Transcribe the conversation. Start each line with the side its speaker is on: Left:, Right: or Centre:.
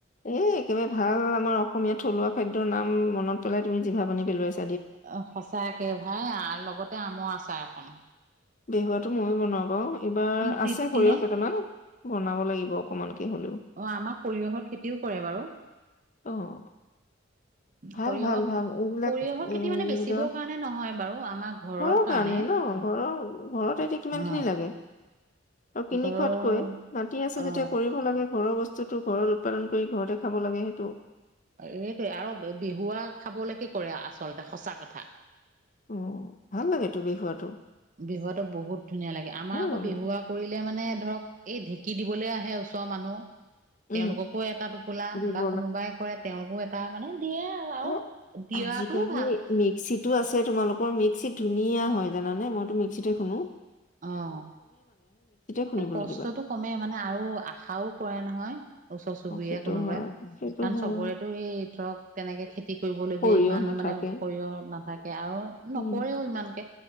Left: এ একেবাৰে ভাল আমাৰ অসমীয়া থলুৱা খাদ্যৰ নাম মনত পৰে। পেলাই তুমি জিনী পেলোৱাইছা।
Right: অঁ, সঁচাকে ভাত আৰু লগতে আমৰ আচাৰ একণ।
Left: বেহুৱাটো ময়ো বনাওঁ বাৰু। এইবাৰ
Right: তৃপ্তি
Left: আছে সৰিয়হ
Right: নে
Left: কেইটামান। বনাব লাগিব অকমানকে হলেও।
Right: অঁ, আমাৰ সৰিয়হৰ খেতিও কৰে বাৰু।
Left: অঁহ- ভাল,
Right: সৰিয়হ
Left: ভাল, ভাল এইবিলাক
Right: সৰিয়হৰ
Left: উম,
Right: খেতি মানে বেচিবৰ
Left: নিজৰ,
Right: কাৰণে নহয় বাৰু আমাৰ ঘৰৰ
Left: বহুত
Right: কাৰণে
Left: ভাল। মানে ন'। ঘৰৰ, ঘৰত এতিয়া কিমান
Right: অ
Left: খিনি লাগে? আৰু কিনি
Right: ঘৰৰ
Left: খোৱাতকৈ মাটি আছে
Right: অ
Left: যেতিয়া কৰিব লাগে। ঘৰৰ বস্ বস্তুটো ঘৰত উৎপাদন কৰি, ঘৰতে খাব লাগে সেইটো।
Right: এইটোৱে আৰু বিহুৱা খাবলেকে কৰে আচলতে সঁচা কথা।
Left: ওঁ, ভাল লাগে তুমি খোৱাটো।
Right: বিহুৱাটো বহুত ধুনীয়া লাগে। আমাৰ আক'
Left: লাগে
Right: বিহুৱা কৰিলেমানে ধৰক এই ঢেঁকী দিবলে আহে ওচৰৰ মানুহ।
Left: উম
Right: তেওঁলোককো এটা টোপোলা
Left: দিব
Right: বা কোনোবাই কৰে তেওঁকো এটা মানে। দিয়ে আৰু আৰু
Left: অ,
Right: দিয়াটোও
Left: আজি-কালি
Right: ভাল
Left: মিক্সিটো আছে তোমালোকৰ মিক্সিত। ধুনীয়া হ'য় জানানে মইটো মিক্সিতে খোন্দো।
Right: অঁ,
Left: খুন্দিবলৈ
Right: এই কষ্টটো
Left: দিবা।
Right: কমে মানে আৰু আশাওঁ। কৰে নহয়, ওচৰ -চুবুৰীয়া
Left: অ সেইটো
Right: কোনোবাই।
Left: হয় সেইটো
Right: কাৰণ
Left: হয়
Right: চবৰেটো এই ধৰক, তেনেকে খেতি কৰিবলগীয়া
Left: সৰিয়হ
Right: ইমান
Left: নাথাকে
Right: মানে সৰিয়হ নাথাকে আৰু।
Left: উম
Right: নকৰেও ইমানকে।